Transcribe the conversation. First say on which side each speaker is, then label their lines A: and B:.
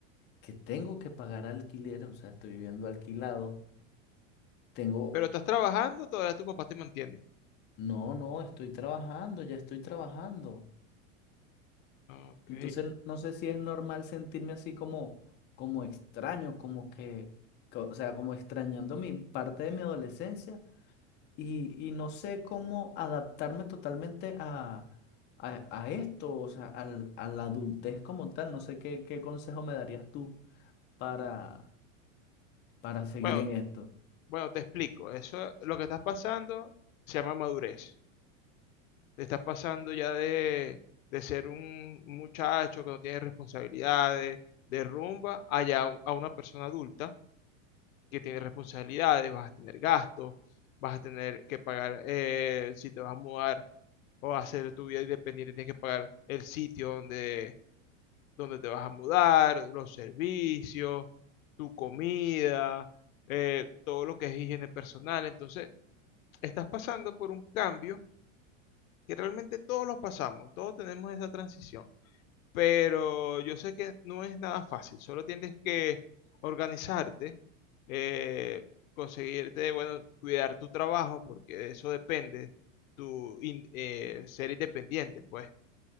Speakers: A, on the left (about 25°); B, on the left (about 80°).
A: que tengo que pagar alquiler, o sea, estoy viviendo alquilado Tengo,
B: Pero estás trabajando, todavía tu papá te mantiene.
A: no, no, estoy trabajando, ya estoy trabajando.
B: Ok.
A: Entonces, no sé si es normal sentirme así como, como extraño, como que, co- o sea, como extrañando mi parte de mi adolescencia y, y no sé cómo adaptarme totalmente a, a, a esto, o sea, al- a la adultez como tal. No sé qué, qué consejo me darías tú para, para seguir
B: Bueno,
A: en esto.
B: bueno, te explico. Eso, lo que estás pasando se llama madurez. Te estás pasando ya de, de ser un muchacho que no tiene responsabilidades de rumba a ya a una persona adulta que tiene responsabilidades, vas a tener gastos, vas a tener que pagar eh, si te vas a mudar o a hacer tu vida independiente, tienes que pagar el sitio donde, donde te vas a mudar, los servicios, tu comida, eh, todo lo que es higiene personal. Entonces, estás pasando por un cambio que realmente todos los pasamos, todos tenemos esa transición, pero yo sé que no es nada fácil, solo tienes que organizarte, eh, conseguirte, bueno, cuidar tu trabajo, porque de eso depende, tu in- eh, ser independiente, pues,